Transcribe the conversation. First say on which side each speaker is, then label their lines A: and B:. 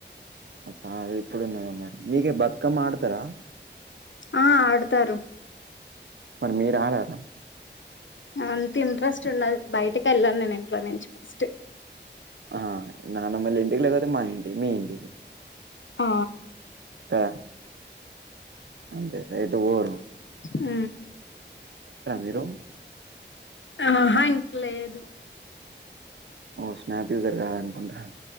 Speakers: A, on the right; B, on the left.
A: అబ్బా అదే ఎప్పుడు ఉన్నదో మరి మీకే బతుకమ్మ ఆడతారా
B: ఆ ఆడతారు
A: మరి మీరు ఆడరా
B: అంత ఇంట్రెస్ట్ ఉండదు బయటికి వెళ్ళాను నేను ఇంట్లో నుంచి ఫస్ట్
A: ఆ నానమ్మ లెండి లెగవదు మా ఇంటి మీ ఇంటికి
B: ఆ
A: తా అంతే రైట్ బోడు
B: ఉ
A: మీరు?
B: ఆహా ఇంకా లేదు
A: ఓహ్! స్నాప్ యూజర్ కాదనుకుంటా.